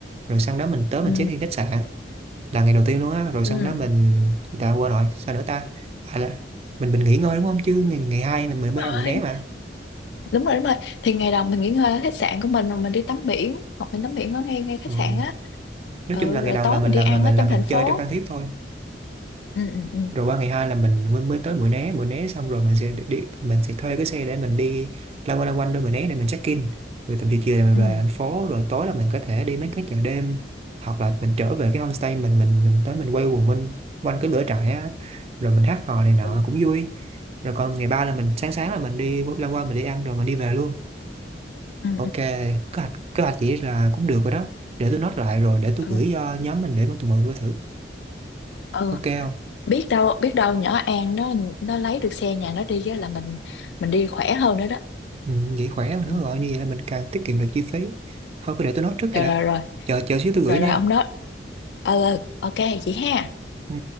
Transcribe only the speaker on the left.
ừ
ừ
đúng
rồi
đúng rồi đúng rồi thì ngày đầu mình nghỉ ngơi ở khách sạn của mình rồi mình đi tắm biển hoặc mình tắm biển ở ngay ngay khách
sạn á
ừ
rồi
tối
mình đi
ăn
ở trong
thành phố
ừ ừ ừ
ừ
ừ
ừ
ừ
ừ
biết đâu biết đâu nhỏ An nó nó lấy được xe nhà nó đi á là mình mình đi khỏe hơn nữa đó
Ừ.
rồi
rồi rồi
rồi
rồi ông đó ờ ừ, ok chị ha